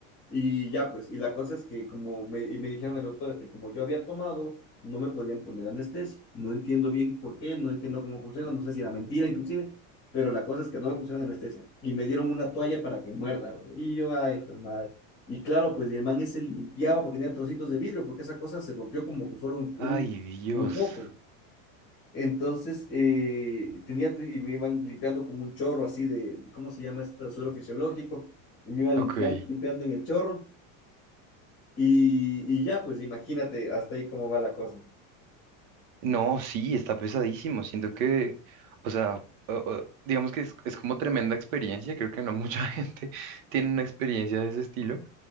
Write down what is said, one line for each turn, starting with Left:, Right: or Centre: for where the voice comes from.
Left: Y ya pues, y la cosa es que como me, y me dijeron el doctor, es que como yo había tomado, no me podían poner anestesia. No entiendo bien por qué, no entiendo cómo funciona, no sé si era mentira inclusive. Pero la cosa es que no me pusieron anestesia. Y me dieron una toalla para que muerda. güey. Y yo, ay, hijo de madre. Y claro, pues y el man ese limpiaba porque tenía trocitos de vidrio, porque esa cosa se rompió como que fuera un, un,
Right: Ay, Dios.
Left: un foco. Entonces, eh, tenía, tro- y me iban limpiando con un chorro así de, de- ¿cómo se llama esto? Suelo fisiológico. Y me iban
Right: Ok.
Left: limpiando, limpiando en el chorro. Y, y ya, pues imagínate hasta ahí cómo va la cosa.
Right: No, sí, está pesadísimo. Siento que, o sea, o- o- digamos que es, es como tremenda experiencia. Creo que no mucha <laughs> gente tiene una experiencia de ese estilo.